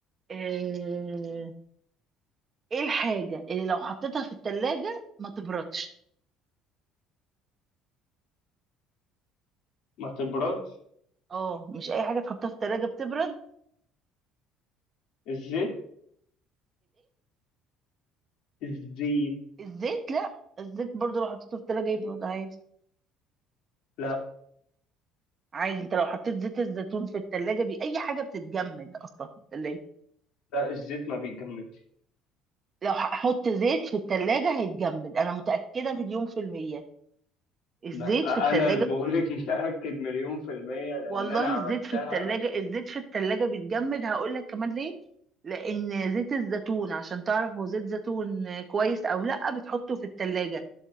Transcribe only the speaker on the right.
ايه إيه الحاجه اللي لو حطيتها في التلاجة ما تبردش
اه مش اي حاجه تحطها في التلاجة بتبرد
الزيت لا الزيت برضو لو حطيته في التلاجة يبرد عادي
عادي انت لو حطيت زيت الزيتون في التلاجة بي... اي حاجة بتتجمد اصلا في التلاجة
لو هحط زيت في التلاجة هيتجمد انا متأكدة مليون في المية الزيت
في التلاجة
والله
الزيت في التلاجة
الزيت في التلاجة بيتجمد هقول لك كمان ليه لان زيت الزيتون عشان تعرف هو زيت زيتون كويس او لا بتحطه في التلاجة